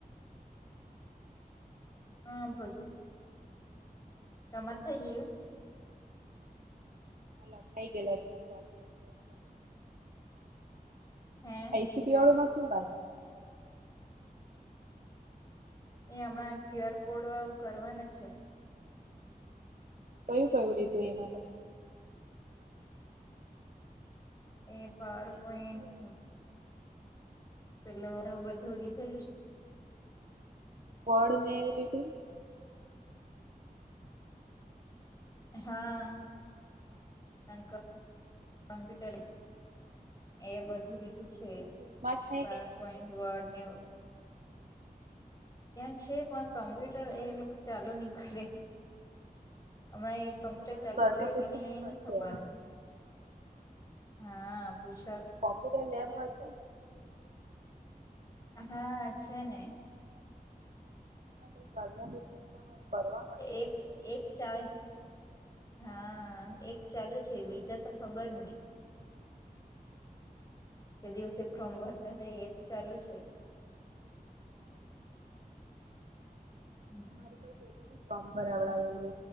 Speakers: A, on the left; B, on the right.
A: હા, પ્રોજેકટ. તમાર થઈ ગયું.
B: હ, લખાઈ ગેલા છે, પ્રોજેક્ટ તો.
A: હે.
B: શુ બાકી તમારે?
A: એ હમણાં ક્યુઆર કોડ વાળું કરવાના છે.
B: કયું-કયું લીધું એમાં તો?
A: એ પાવરપોઈન્ટ.
B: આઈસીટી વાળું
A: પેલો એવું બધું લીધેલું.
B: બોડને એવું લીધું?
A: હા.
B: હા
A: <unintelligible> એ બધું
B: હા
A: લીધું છે,
B: એ સ્કૂલમાં છે
A: પાર
B: કે નથી
A: પોઈન્ટ વર્ડ ને. ત્યા
B: હા
A: છે, પણ કોમ્પ્યુટર એ લોકો ચાલુ ની કરે, હમણાં એક કમ્પ્યુટર
B: તો મારે
A: ચાલુ
B: સરને
A: છે
B: પૂછીને
A: કે ની, એ
B: કરી
A: નહીં ખબર,
B: દેવાનું
A: હા પૂછ.
B: કોમ્પ્યુટર લેબમાં સેને?
A: હા, છેને.
B: હ, તો સરને પૂછીને. તમારે કરવાનું આઈસીટી
A: એક-એક.
B: વાળું
A: હા, એક ચાલુ છે, બીજા તો ખબર નહી. તે દિવસે ફોર્મ ભરતા એતો ચાલુ છે.
B: હા
A: હમ.
B: મારી પર પેલુ બી ફોર્મ ભરાવડાવેલુ,